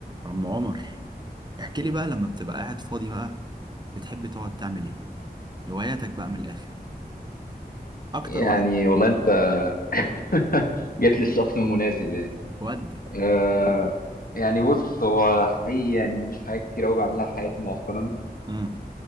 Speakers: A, on the right (about 25°); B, on the left (about 60°).
A: عم عمر احكي لي بقى لما بتبقى قاعد فاضي بقى بتحب تقعد تعمل ايه هواياتك بقى من الاخر اكتر
B: يعني
A: واحده
B: والله انت <laughs> جيت للشخص المناسب يعني
A: ودي
B: آه يعني بص هو حقيقي يعني مش حاجات كتير قوي بعملها في حياتي مؤخرا
A: امم